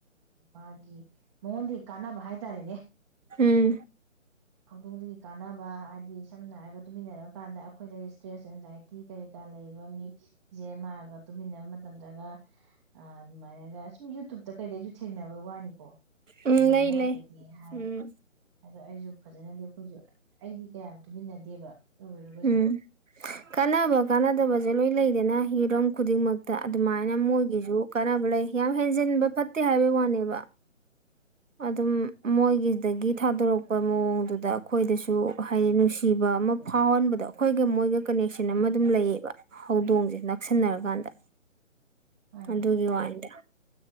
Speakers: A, on the right; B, on the right.
A: ꯃꯥꯒꯤ ꯃꯣꯟ ꯀꯥꯟ ꯥꯏ ꯇꯔꯦꯅꯦ
B: ꯎꯝ
A: ꯍꯧꯗꯣꯡꯗꯒꯤ ꯀꯥꯟꯅꯕ ꯍꯥꯏꯗꯤ ꯁꯝꯅ ꯍꯥꯏꯔꯒ ꯇꯨꯃꯤꯟꯅꯔ ꯀꯥꯟꯗ ꯑꯩꯈꯣꯏꯗ ꯏꯁ꯭ꯇ꯭ꯔꯦꯁ ꯑꯦꯟꯖꯥꯏꯇꯤ ꯀꯔꯤ ꯀꯥ ꯂꯩꯕ ꯃꯤ ꯦ ꯃꯥꯒꯔꯣ ꯄꯤꯅꯕ ꯃꯇꯝꯗꯒ ꯑꯗꯨꯃꯥꯏꯅꯒ ꯁꯨꯝ ꯌꯨꯇꯕꯇ ꯀꯩꯗꯩꯁꯨ ꯊꯦꯡꯅꯕ ꯋꯥꯅꯤꯀꯣ
B: ꯎꯝ
A: ꯑꯗꯨꯃꯥꯏꯅ
B: ꯂꯩ
A: ꯍꯥꯏꯄꯦꯗꯤ
B: ꯂꯩ
A: ꯍꯥꯏ
B: ꯎꯝ
A: ꯑꯗꯣ ꯑꯩꯁꯨ ꯐꯖꯅꯗꯤ ꯑꯩꯈꯣꯏꯁꯨ ꯑꯩꯗꯤ ꯀꯌꯥ ꯇꯨꯃꯤꯟꯅꯗꯦꯕ ꯑꯣꯏꯒꯁꯨ
B: ꯎꯝ ꯀꯥꯟꯅꯕ ꯀꯥꯟꯅꯗꯕꯁꯦ ꯂꯣꯏꯅ ꯂꯩꯗꯅ ꯍꯤꯔꯝ ꯈꯨꯗꯤꯡꯃꯛꯇ ꯑꯗꯨꯃꯥꯏꯅ ꯃꯣꯏꯒꯤꯁꯨ ꯀꯥꯟꯅꯕ ꯂꯩ ꯌꯥꯝ ꯍꯦꯟꯖꯤꯟꯕ ꯐꯠꯇꯦ ꯍꯥꯏꯕꯩ ꯋꯥꯅꯦꯕ ꯑꯗꯨꯝ ꯃꯣꯏꯒꯤꯗꯒꯤ ꯊꯥꯗꯣꯔꯛꯄ ꯃꯑꯣꯡꯗꯨꯗ ꯑꯩꯈꯣꯏꯗꯁꯨ ꯍꯥꯏꯗꯤ ꯅꯨꯡꯁꯤꯕ ꯑꯃ ꯐꯥꯎꯍꯟꯕꯗꯣ ꯑꯩꯈꯣꯏꯒ ꯃꯣꯏꯒ ꯀꯅꯦꯛꯁꯟ
A: ꯎꯝ
B: ꯑꯃ ꯑꯗꯨꯝ ꯂꯩꯌꯦꯕ ꯍꯧꯗꯣꯡꯁꯦ ꯅꯛꯁꯤꯟꯅꯔꯀꯥꯟꯗ
A: ꯎꯝ ꯎꯝ
B: ꯑꯗꯨꯒꯤ ꯋꯥꯗ